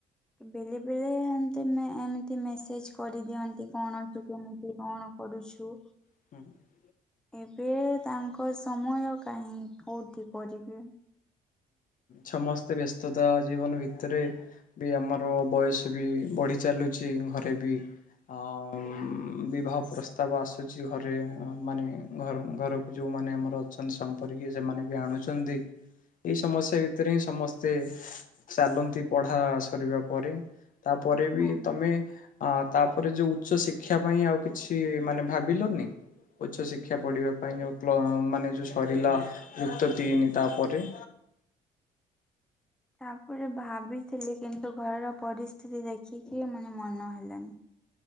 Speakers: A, in the centre; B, on the left.
A: ବେଳେବେେଳେ ତେମେ ଏମିତି ମେସେଜ କରିଦିଅନ୍ତି କ'ଣ ଟିକି ମିକ୍ଷୀ କ'ଣ କରୁଛୁ।
B: ହୁଁ ଏମିତି ସବୁ ଚାଲିଛି ଆଉ
A: ଏବେ ତାଙ୍କ ସମୟ କାହିଁ କୋଉଠି ପଢ଼ିବେ।
B: ସମସ୍ତେ ବ୍ୟସ୍ତତା ଜୀବନ ଭିତର ବି ଆମର ବୟସ ବି ବଢି ଚାଲୁଛି ଘରେ ବି ହଁ ବିବାହ ପ୍ରସ୍ତାବ ଆସୁଛି ଘରେ ମାନେ ଘର ଘର ଯଉମାନେ ଆମର ଅଛନ୍ତି ସମ୍ପର୍କୀୟ ସେମାନେ ବି ଆଣୁଛନ୍ତି। ଏଇ ସମସ୍ୟା ଭିତରେ ହିଁ ସମସ୍ତେ ଚାଲନ୍ତି ପଢା ସରିବା ପରେ। ତାପରେ ବି
A: ହଁ
B: ତମେ ହଁ ତାପରେ ଯୋଉ ଉଚ୍ଚ ଶିକ୍ଷା ପାଇଁ ଆଉ କିଛି ମାନେ ଭାବିଲନି? ଉଚ୍ଚ ଶିକ୍ଷା ପଢିବା ପାଇଁ ପ୍ଲ ଯଉ ମାନେ ଯୋଉ ସରିଲା ଯୁକ୍ତ ତିନି ତାପରେ।
A: ତାପରେ ଭାବିଥିଲି କିନ୍ତୁ ଘରର ପରିସ୍ଥିତି ଦେଖିକି ମାନେ ମନ ହେଲାନି।